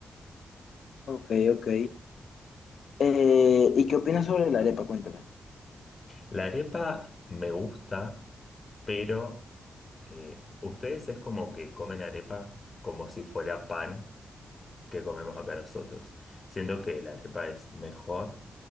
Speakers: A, on the left; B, on the left.
A: ok, ok. Eh, ¿y qué opinas sobre la arepa? Cuéntame.
B: La arepa me gusta, pero eh, ustedes es como que comen arepa como si fuera pan. que comemos acá nosotros. Siento que la arepa es mejor,